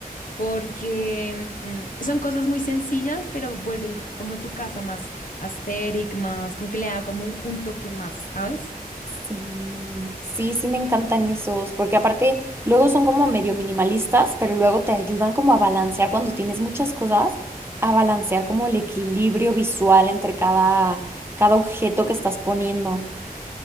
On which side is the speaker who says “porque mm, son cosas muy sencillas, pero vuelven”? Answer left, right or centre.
Left